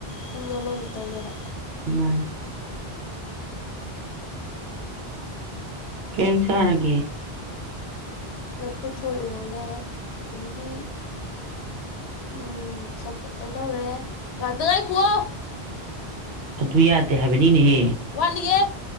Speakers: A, on the left; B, on the right.
A: ꯄꯨꯡ ꯑꯃꯃꯨꯛꯇꯪꯅꯦꯕ
B: ꯃꯥꯟꯅꯤ ꯀꯩꯖꯥꯡ ꯆꯥꯔꯒꯦ
A: ꯂꯐꯨꯊ꯭ꯔꯣ ꯏꯔꯣꯜꯂꯦ ꯑꯗꯒꯤꯗꯤ ꯎꯝ ꯆꯝꯐꯨꯠ ꯑꯃ ꯇꯧꯔꯦ ꯉꯥꯛꯇ ꯉꯥꯏꯈꯨꯋꯣ
B: ꯑꯗꯨ ꯌꯥꯗꯦ ꯍꯥꯏꯕꯅꯤꯅꯦꯍꯦ
A: ꯋꯥꯠꯂꯤꯌꯦ